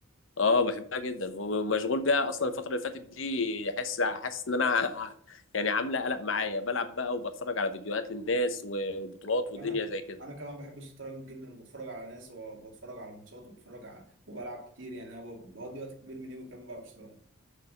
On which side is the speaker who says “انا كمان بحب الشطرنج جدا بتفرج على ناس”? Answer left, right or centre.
Right